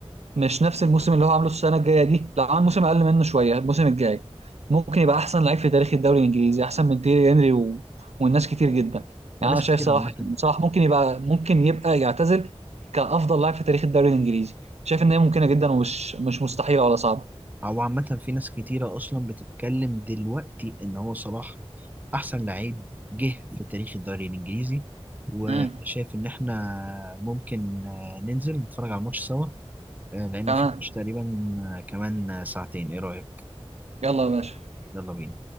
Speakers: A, on the right; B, on the right.
A: مش نفس الموسم اللي هو عامله السنه الجايه دي لا عامل موسم اقل منه شويه الموسم الجاي ممكن يبقى احسن لعيب في تاريخ الدوري الانجليزي احسن من تيري هنري و... والناس كتير جدا يعني
B: وناس
A: انا شايف
B: كتير
A: صلاح
B: عامة
A: صلاح ممكن يبقى ممكن يبقى يعتزل كافضل لاعب في تاريخ الدوري الانجليزي شايف ان هي ممكنه جدا ومش مش مستحيله ولا صعبه
B: أو عامة في ناس كتيرة أصلا بتتكلم دلوقتي إن هو صلاح أحسن لعيب جه في تاريخ الدوري الإنجليزي وشايف
A: امم
B: إن إحنا ممكن آه، ننزل نتفرج على الماتش سوا آه، لأن
A: تمام
B: في ماتش تقريبا آه، كمان آه، ساعتين إيه رأيك؟
A: يلا يا باشا
B: يلا بينا.